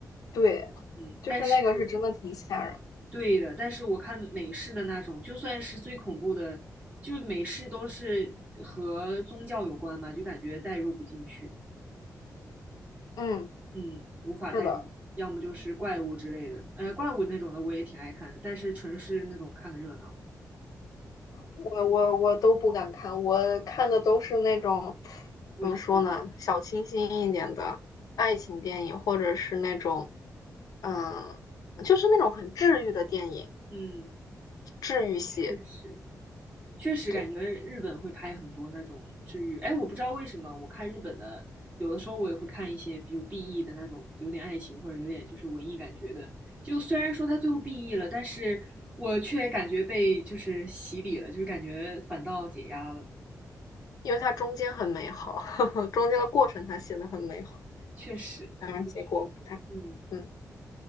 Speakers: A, on the left; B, on the right.
A: 对，
B: 嗯，
A: 就是那个是真的挺吓人。
B: 但是对的，但是我看美式的那种，就算是最恐怖的，就是美式都是和宗教有关嘛，就感觉代入不进去，
A: 嗯，
B: 嗯，无法代入，
A: 是的。
B: 要么就是怪物之类的，呃，怪物那种的我也挺爱看的但是纯是那种看个热闹，
A: 我我我都不敢看，我看的都是那种
B: 文艺一点，
A: 怎么说呢，小清新一点的爱情电影，或者是那种嗯，就是那种很治愈的电影，
B: 嗯，
A: 治愈系。
B: 确实。确实感觉日本会拍很多那种治愈。
A: 对，
B: 哎，我不知道为什么，我看日本的，有的时候我也会看一些，比如 BE 的那种，有点爱情或者有点就是文艺感觉的。就虽然说他最后 BE 了，但是我却感觉被就是洗礼了，就是感觉反倒解压了。
A: 因为它中间很美好，
B: 嗯
A: <laughs> 中间的过程它写的很美好，
B: 确实，
A: 当然结果不太。
B: 确实，嗯，
A: 嗯，